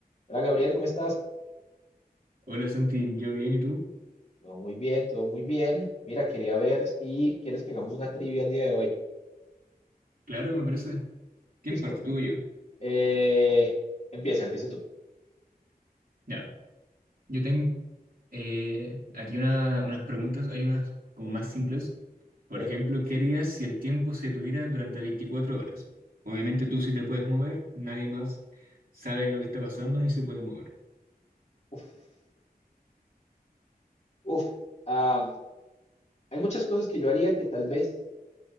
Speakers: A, on the left; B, on the right.
A: Hola Gabriel, ¿cómo estás?
B: Hola Santi, yo bien, ¿y tú?
A: Todo muy bien, todo muy bien. Mira, quería ver si quieres que hagamos una trivia el día de hoy.
B: Claro, me parece. ¿Quién
A: Listo.
B: parte, tú o yo?
A: Eh, empieza, empieza tú.
B: Ya, yo tengo eh, aquí una- unas preguntas, hay unas como más simples. Por
A: ¿ok?
B: ejemplo, ¿qué harías si el tiempo se tuviera durante 24 horas? Obviamente tú sí te puedes mover, nadie más sabe lo que está pasando ni se puede mover.
A: Uf, uf. Ah, hay muchas cosas que yo haría que tal vez